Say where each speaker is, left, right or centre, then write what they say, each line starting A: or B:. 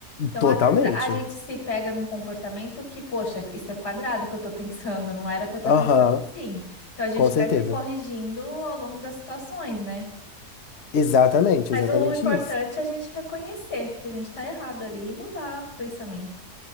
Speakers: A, on the left; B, on the left.
A: Então,
B: Totalmente.
A: às vezes, a gente se pega num comportamento que, poxa, isso é quadrado que eu tô pensando, não era pra eu estar
B: Aham,
A: pensando assim. Então, a gente
B: com certeza.
A: vai se corrigindo ao longo das situações, né?
B: Exatamente,
A: Mas
B: exatamente
A: o importante
B: isso.
A: é a gente reconhecer que a gente tá errado ali e mudar o pensamento.